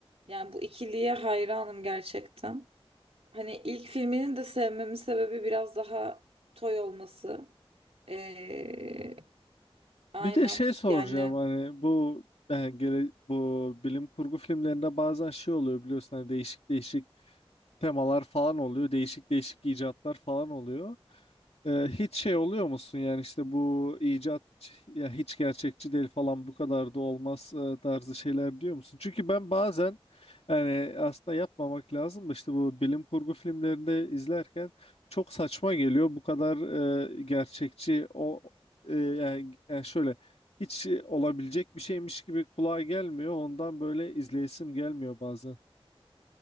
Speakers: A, on the right (about 80°); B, on the left (about 80°).
A: Yani bu ikiliye hayranım gerçekten. Hani ilk filminin de sevmemin sebebi biraz daha toy olması. Ee, aynen
B: Bir de şey soracağım
A: yani
B: hani bu e, gele, bu bilim kurgu filmlerinde bazen şey oluyor biliyorsun hani değişik değişik temalar falan oluyor. Değişik değişik icatlar falan oluyor. Ee, hiç şey oluyor musun yani işte bu icat ya hiç gerçekçi değil falan bu kadar da olmaz e, tarzı şeyler diyor musun? Çünkü ben bazen yani aslında yapmamak lazım da işte bu bilim kurgu filmlerinde izlerken çok saçma geliyor. Bu kadar e, gerçekçi o e, yani, yani şöyle hiç olabilecek bir şeymiş gibi kulağa gelmiyor. Ondan böyle izleyesim gelmiyor bazen.